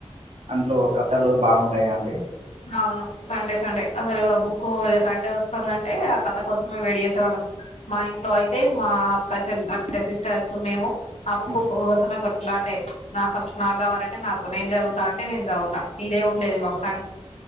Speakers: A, on the right; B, on the left.
A: అందులో కథలు బాగుంటాయి కదా అండి
B: అవును సండే సండే అసలు ఆ బుక్ ఇక సండే వస్తుందంటే ఆ కథ కోసమే వెయిట్ చేసేవాళ్ళము మా ఇంట్లో అయితే మా అక్క చెల్ అంటే సిస్టర్స్ మేము ఆ బుక్
A: ఉమ్,
B: కోసమే కొ అలవాటే నాకు ఫస్ట్ నాకు కావాలంటే నాకు నేను చదువుతా అంటే నేను చదువుతా ఇదే ఉండేది మాకు స